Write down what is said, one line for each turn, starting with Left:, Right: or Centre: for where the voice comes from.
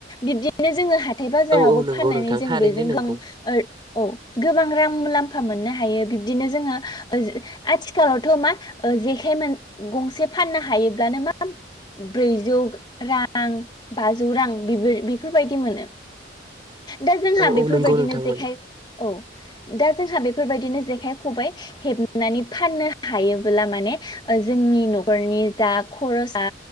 Left: बिब्दिनो जोङोहाय हाथाय बाजारावबो
Right: औ औ नंगौ
Left: फाननानै
Right: नोंथां
Left: जों
Right: थारैनो
Left: बेजों
Right: नंगौ
Left: गों ओर औ गोबां रां मुलाम्फा मोननो हा हायो बिब्दिनो जोङो ओ जो आथिखालावथ मा ओ जेखाइ मोन गंसे फाननो हायो हायोब्लानो माम ब्रैजौ रां बाजौ रां बेबोर बेफोरबायदि मोनो ।
Right: <inaudible>
Left: दा जोंहा
Right: औ औ
Left: बेफोरबायदिनो
Right: नंगौ नोंथां
Left: जेखाइ
Right: माने
Left: औ दा जोंहा बे बेफोरबायदिनो जेखाइ खबाइ हेबनानै फाननो हायोब्ला माने ओ जोंनि नखरनि नि जा खरसा